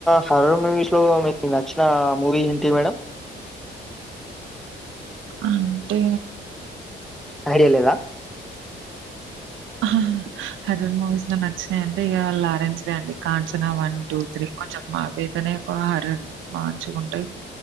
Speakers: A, in the centre; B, on the right.
A: హర మూవీస్లో మీకు నచ్చిన మూవీ ఏంటి మేడం
B: అంటే
A: ఐడియా లేదా
B: హా హా హరర్ మూవీస్ లో నచ్చినాయింటే ఇక లరెంసె దే అండి కాంచనా వన్ టూ త్రీ కొంచెం అవి అయితేనే హారర్ మంచిగా ఉంటాయి